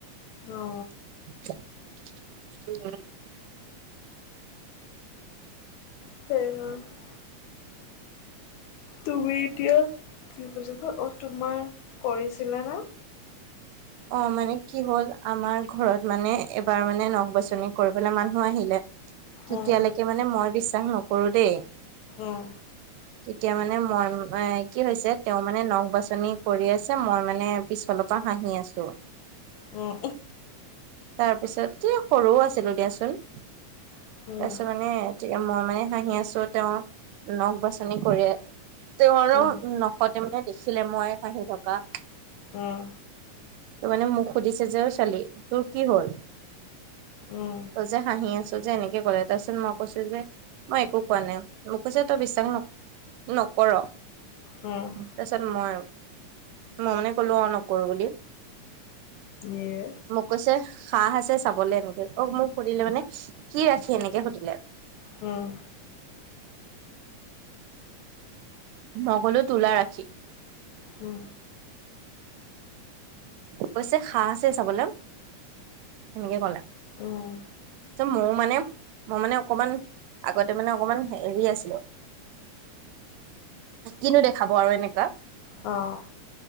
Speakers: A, on the left (about 75°); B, on the right (about 85°).
A: অ
B: উম,
A: হ <unintelligible> তুমি এতিয়া কি বুলি কয় অ তোমাৰ কৰিছিলা না।
B: অ, মানে কি হ'ল আমাৰ ঘৰত মানে এবাৰ মানে নখ বাছনি কৰিবলৈ মানুহ আহিলে। তেতিয়ালৈকে
A: উম
B: মানে মই বিশ্বাস নকৰো দেই।
A: উম
B: তেতিয়া মানে মই এ কি হৈছে তেওঁ মানে নখ বাছনি কৰি আছে মই মানে। পিছফালৰ পৰা হাঁহি আছো।
A: উম,
B: তাৰপিছত এ সৰুও আছিলো দিয়াচোন।
A: উম
B: তাৰপিছত মানে মই মানে হাঁহি আছো। তেওঁ নখ বাছনি কৰি তেওঁ আৰু
A: উম
B: নখতে মানে দেখিলে মই হাঁহি থকা
A: উম,
B: তোৰ মানে মোক সুধিছে যে অই ছোৱালি তোৰ কি হল।
A: উম
B: তই যে হাঁহি আছো যে এনেকে ক'লে তাৰছত মই কৈছো যে। মই একো কোৱা নাই মোকছে তই বিশ্বাস ন নকৰ।
A: উম,
B: তাৰ পিছত মই মই মানে কলো অ, নকৰো বুলি।
A: এইে।
B: মোক কৈছে সাহ আছে চাবলে এনেকে অ, মোক সুধিলে মানে কি ৰাখি এনেকে সুধিলে।
A: উম,
B: নগলো তোলা ৰাখি
A: উম,
B: কৈছে খাঁ আছে চাবলৈ হেনেকে কলে।
A: উম
B: মোৰ মানে, মই মানে অকমান আগতে মানে অকমান হেৰি আছিলো। কিনো দেখাব আৰু এনেকুৱা
A: অ',